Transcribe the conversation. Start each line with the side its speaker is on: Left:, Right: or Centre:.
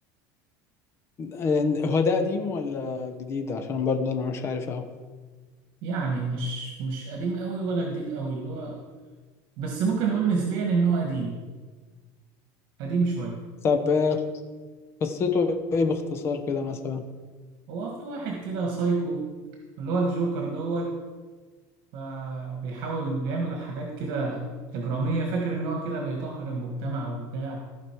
Left: آه، هو ده قديم ولا جديد عشان برضه انا مش عارف أوي
Right: يعني مش مش قديم قوي ولا جديد قوي اللي هو بس ممكن نقول نسبيا ان هو قديم قديم شويه
Left: طب آه، قصته ايه باختصار كده مثلا
Right: هو في واحد كده سايكو اللي هو الجوكر دوت فبيحاول بيعمل حاجات كده إجرامية فاكر إن هو كده بيطهر المجتمع وبتاع